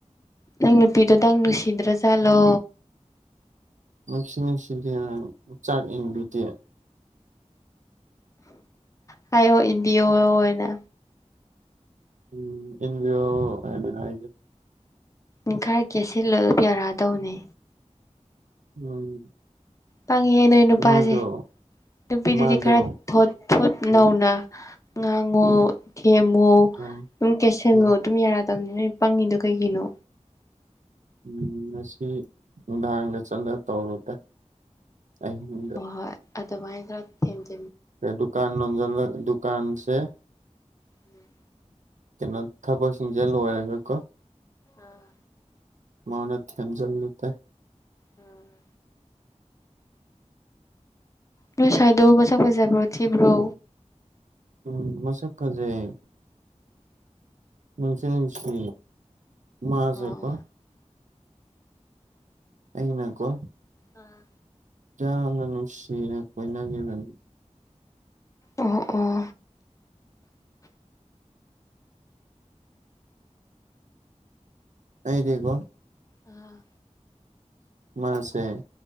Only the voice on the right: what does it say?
ꯅꯨꯡꯁꯤꯅꯨꯡꯁꯤꯗꯦ ꯆꯥꯛ ꯏꯟꯕꯤꯗꯦ
ꯎꯝ ꯏꯟꯕꯤꯌꯣ ꯍꯥꯏꯅ ꯍꯥꯏꯒꯦ
ꯎꯝ
ꯃꯥꯗꯣ
ꯃꯥꯗꯣ
ꯎꯝ
ꯎꯝ
ꯎꯝ
ꯎꯝ ꯉꯁꯤ ꯅꯨꯡꯗꯥꯥꯡꯗ ꯆꯠꯂ ꯇꯧꯔꯨꯒꯦ ꯑꯍꯤꯡꯗ
ꯗꯨꯀꯥꯟ ꯅꯣꯟꯖ ꯗꯨꯀꯥꯟꯁꯦ
ꯀꯩꯅꯣ ꯊꯕꯛꯁꯤꯡꯁꯦ ꯂꯣꯏꯔꯒ ꯀꯣ
ꯃꯅ ꯊꯦꯝꯖꯟꯕꯇꯥꯏ
ꯎꯝ ꯃꯁꯛ ꯐꯖꯩ ꯅꯨꯡꯁꯨ ꯅꯨꯡꯁꯤ ꯃꯖꯦꯀꯣ
ꯑꯩꯅꯀꯣ
ꯌꯥꯝꯅ ꯅꯨꯡꯁꯤꯅ ꯀꯣꯏꯅꯒꯤꯕꯅꯦ
ꯑꯩꯗꯤꯀꯣ
ꯃꯁꯦ